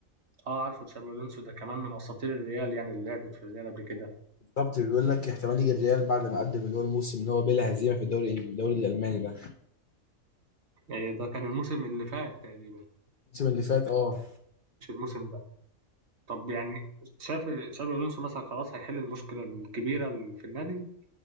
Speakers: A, on the right (about 55°); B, on the left (about 50°).
A: اه عارفه تشابي الونسو ده كمان من اساطير الريال يعني اللي لعبت في الريال قبل كده
B: بالظبط بيقول لك احتمال يجي الريال بعد ما قدم اللي هو الموسم اللي هو بلا هزيمه في الدوري الإنج- الدوري الالماني ده
A: يعني ده كان الموسم اللي فات تقريبا
B: الموسم اللي فات اه
A: مش الموسم ده طب يعني شايف تشابي الونسو مثلا خلاص هيحل المشكلة الكبيرة اللي في النادي